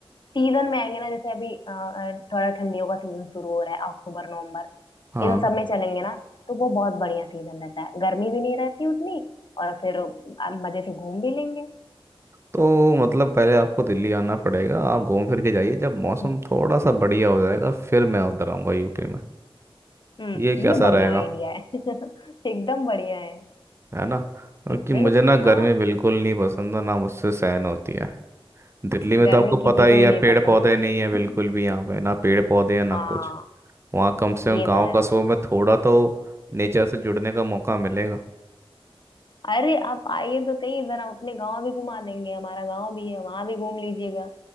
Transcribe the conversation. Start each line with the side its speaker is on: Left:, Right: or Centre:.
Left: सीजन में आएंगे ना जैसे अभी अ, अ, थोड़ा ठंडियों का सीजन शुरू हो रहा है अक्टूबर नवंबर
Right: हाँ
Left: इन सब में चलेंगे ना तो वो बहुत बढ़िया सीजन रहता है गर्मी भी नहीं रहती उतनी और फिर आप मजे से घूम भी लेंगे
Right: तो मतलब पहले आपको दिल्ली आना पड़ेगा आप घूम फिर के जाइए जब मौसम
Left: हम्म
Right: थोड़ा सा बढ़िया हो जाएगा फिर मैं उधर आऊँगा यूपी में
Left: हम्म,
Right: ये कैसा
Left: ये बढ़िया
Right: रहेगा
Left: आइडिया है <laughs> एकदम बढ़िया है
Right: है ना क्योंकि
Left: इसमें
Right: मुझे
Left: तो
Right: ना गर्मी
Left: हाँ
Right: बिल्कुल नहीं पसंद और ना मुझसे सहन होती है दिल्ली में
Left: गर्मी
Right: तो आपको पता
Left: किसी
Right: ही
Left: को भी
Right: है
Left: नहीं
Right: पेड़
Left: पसंद
Right: पौधे
Left: होती
Right: नहीं है बिल्कुल भी यहाँ पे ना पेड़ पौधे
Left: <laughs>
Right: हैं ना
Left: हाँ
Right: कुछ वहाँ कम से
Left: ये
Right: कम गाँव
Left: तो है
Right: कस्बों में थोड़ा तो नेचर से जुड़ने का मौका मिलेगा
Left: अरे आप आइए तो सही जरा अपने गांव भी घुमा देंगे हमारा गांव भी है वहां भी घूम लीजिएगा